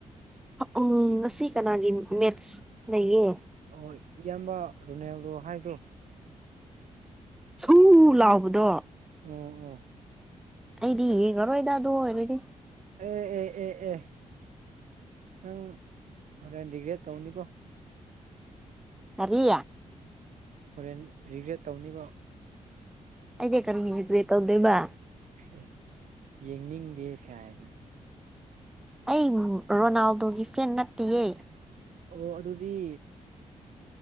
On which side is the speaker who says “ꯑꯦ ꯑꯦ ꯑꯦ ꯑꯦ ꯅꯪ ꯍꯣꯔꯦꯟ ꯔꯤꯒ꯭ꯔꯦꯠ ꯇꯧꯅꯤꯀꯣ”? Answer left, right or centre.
Right